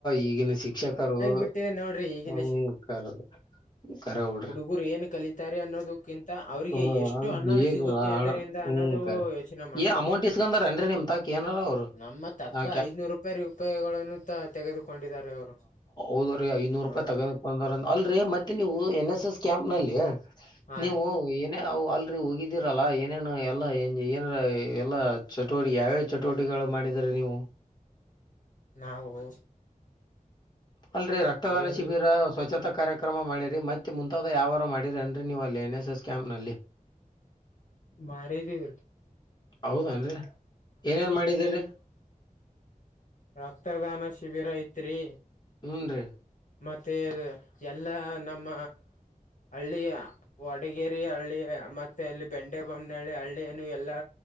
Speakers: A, on the left; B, on the left.
A: ಈಗಿನ ಶಿಕ್ಷಕರು
B: ಬಿಟ್ಟಿದೆ ನೋಡ್ರಿ ಈಗಿನ
A: ಹ್ಮ. ಕಾರೆ ಬುಡ್ರಿ.
B: ಗು ಏನ್ ಕಲಿತಾರೆ ಅನ್ನೋದು. ಕಿಂತ ಅವ್ರಿಗೆ
A: ಹ್ಮ್
B: ಎಷ್ಟು ಹಣ
A: ಏನಿಲ್ಲ
B: ಸಿಗುತ್ತೆ
A: ಹಣ
B: ಅದರಿಂದ ಅನ್ನೋದು
A: ಹ್ಮ್ ಕರೆ.
B: ಯೋಚನೆ ಮಾಡ್ತಾರೆ.
A: ಏ ಅಮೌಂಟ್ ಇಸ್ಕೊಂಡಾರೇನ್ರಿ ನಿಮ್ ತಾಕ ಏನಾರ ಅವ್ರು
B: ನಮ್ಮ ತಅಕ್ಕ
A: ಆ
B: ಐದನೂರು ರೂಪಾಯಿ ರೂಪಾಯಿಗಳನ್ನು. ತೆಗೆದುಕೊಂಡಿದ್ದಾರೆ ಅವರು
A: ಹದ್ರೀ ಐನೂರು
B: ಹ
A: ರೂಪಾಯಿ ತಗ. ಒಂದ ಅಲ್ರಿ ಮತ್ತೆ ನೀವು ಎನ್ ಎಸ್ ಎಸ್ ಕ್ಯಾಂಪ್ ನಲ್ಲಿ
B: ಹಾ
A: ನೀವು
B: ರೀ
A: ಏನ. ನಾವು ಅಲ್ಡಿ ಹೋಗಿದ್ದೀರಲ್ಲ ಏನೇನು ಎಲ್ಲ ಏನ ಎಲ್ಲಾ ಚಟುವಟಿಕೆ. ಚಟುವಟಿಕೆಗಳು ಮಾಡಿದರೆ ನೀವು.
B: ನಾವು.
A: ಅಲ್ರೀ ರಕ್ತದಾನ
B: ಎಲ್
A: ಶಿಬಿರ ಸ್ವಚ್ಛತಾ ಕಾರ್ಯಕ್ರಮ. ಕ್ರಮ ಮಾಡಿರಿ ಮತ್ತೆ ಮುಂತಾದ ಯಾವಾರು ಮಾಡಿರಿ ಅನ್ರರಿ ನೀವು ಅಲ್ಲಿ ಎನ್ ಎಸ್ ಎಸ್ ಕ್ಯಾಂಪ್ ನಲ್ಲಿ.
B: ಮಾಡಿದೀವ್ರೀ.
A: ಹೌದೇನ್ ರೀ ಏನೇನ್ ಮಾಡಿದೀರೀ.
B: ರಕ್ತದಾನ ಶಿಬಿರ ಇತ್ ರೀ.
A: ಹ್ಞೂ ರೀ.
B: ಮತ್ತೆ ಎಲ್ಲ ನಮ್ಮ ಹಳ್ಳಿಯ. ವಡಗೇರಿ ಹಳ್ಳಿ ಮತ್ತೆ ಅಲ್ಲಿ ಬೆಂಡೆ ಬೊಮ್ಮನಹಳ್ಳಿ ಹಳ್ಳಿಯ ನು ಎಲ್ಲಾ.